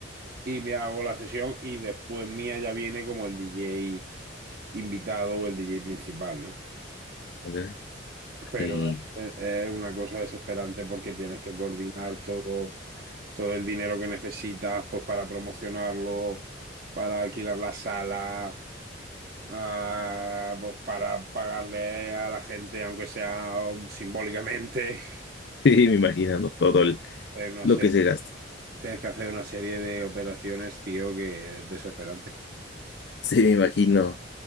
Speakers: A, on the right; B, on the left.
A: y me hago la sesión y después mía ya viene como el DJ invitado o el DJ principal, ¿no?
B: a ver.
A: Pero
B: Sí,
A: es es una cosa desesperante porque tienes que coordinar todo, todo el dinero que necesitas pues para promocionarlo, para alquilar la sala, ah, pues para pagarle a la gente, aunque sea um, simbólicamente, <laughs>
B: <laughs> sí, me imagino, ¿no? Todo el-
A: hacer una
B: lo
A: serie-
B: que se gasta.
A: tienes que hacer una serie de operaciones, tío, que es desesperante.
B: Sí, me imagino.